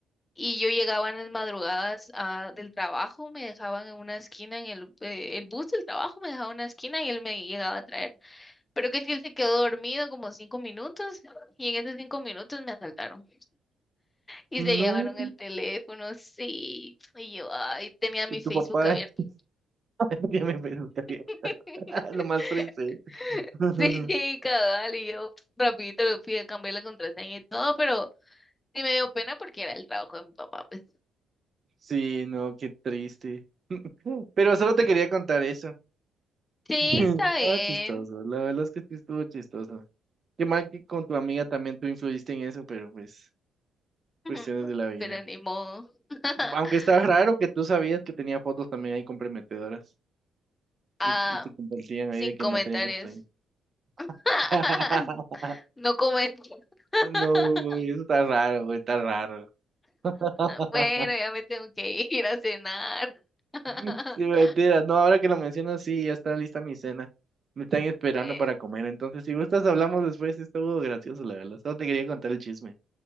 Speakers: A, on the left; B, on the right.
A: Y yo llegaba en las madrugadas ah, del trabajo, me dejaban en una esquina, en el, eh, el bus del trabajo me dejaba en una esquina y él me llegaba a traer. Pero que si él se quedó dormido como cinco minutos y en esos cinco minutos me asaltaron. Y se llevaron
B: No.
A: el teléfono, sí. Y yo, ay, tenía mi
B: Y tu
A: Facebook
B: papá
A: abierto.
B: <laughs> ya me pensó también.
A: <laughs>
B: <laughs> Lo más triste. <laughs>
A: Sí, cabal, y yo pf, rapidito le fui a cambiar la contraseña y todo, pero sí me dio pena porque era el trabajo de mi papá, pues.
B: Sí, no, qué triste. <laughs> Pero solo te quería contar eso.
A: Sí,
B: <laughs>
A: está
B: Estaba
A: bien,
B: chistoso. La verdad es que sí estuvo chistoso. Qué mal que con tu amiga también tú influiste en eso, pero pues,
A: <laughs>
B: cuestiones de la vida.
A: pero ni modo. <laughs>
B: Aunque estaba raro que tú sabías que tenía fotos también ahí comprometedoras
A: Ah,
B: y, y se compartían
A: sin
B: ahí de que
A: comentarios.
B: no tenía que estar ahí.
A: <laughs>
B: <laughs>
A: No comento.
B: No,
A: <laughs>
B: eso está raro, güey, está raro. <laughs>
A: Bueno, ya me tengo que ir a cenar. <laughs>
B: Sí, mentira. No, ahora que lo mencionas, sí, ya está lista mi cena. Me están esperando
A: Bueno.
B: para comer. Entonces, si gustas, hablamos después. Estuvo gracioso, la verdad. Solo te quería contar el chisme.